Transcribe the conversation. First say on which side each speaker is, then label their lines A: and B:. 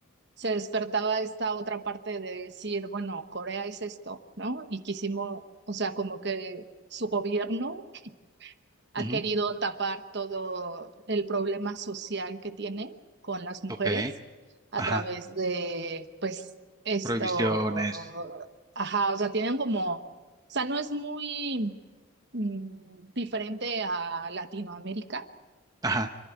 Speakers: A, on the right (about 50°); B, on the right (about 15°).
A: se despertaba esta otra parte de decir, bueno, Corea es esto, ¿no? Y quisimos, o sea, como que su gobierno ha
B: ujú,
A: querido tapar todo el problema social que tiene con las mujeres
B: Ok.
A: a
B: Ajá.
A: través de, pues, esto,
B: Prohibiciones.
A: ajá, o sea, tienen como, o sea, no es muy mm, diferente a Latinoamérica,
B: Ajá.